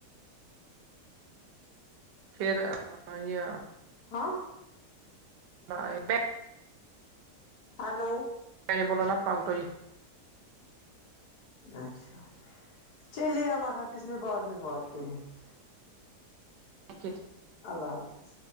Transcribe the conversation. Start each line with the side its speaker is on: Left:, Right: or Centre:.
Right: پھر آ یا
Left: ہاں
Right: <unintelligible>
Left: ہیلو
Right: میں نے بولا نہ پکڑو یہ
Left: اچھا چلیے اللہ حافظ میں بعد میں بات کروں گی
Right: ٹھیک
Left: اللہ حافظ